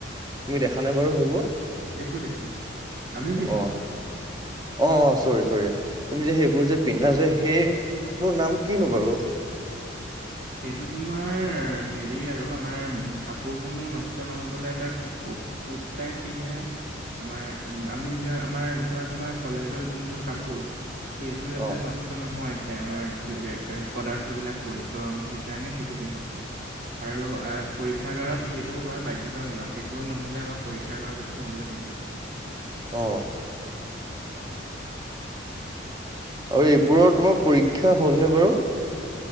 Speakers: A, on the right (about 20°); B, on the right (about 50°).
A: তুমি দেখা নে বাৰু সেইবোৰ?
B: দেখো দেখো আমিও পিন্ধো।
A: অ অ চৰি চৰি তুমি যে সেইবোৰ যে পিন্ধা যে সেই তোৰ নাম কিনো বাৰু?
B: সেইটো তোমাৰ হেৰি আৰু আমাৰ কাপোৰসমূহ নষ্ট নহ'বলে এটা কু্তাইপিনে তোমাৰ আমি যে আমাৰ ধৰা তোমাৰ কলেজৰ যোন যোৰ কাপোৰ সেইযোৰ
A: অ
B: যাতে নষ্ট নহয় <inaudible> পদাৰ্থবিলাক পৰি। তো আমি সেইকাৰণে সেইটো পিন্ধো। আৰু এ পৰীক্ষাগাৰত সেইটো আমাৰ বাধ্যতামূলক। সেইটো নহ'লে আমাক পৰীক্ষাগাৰৰ ভিতৰত সোমোৱাবলে নিদিয়ে।
A: অহ। আৰু এইবোৰৰ তোমাৰ পৰীক্ষা হ'লনে বাৰু?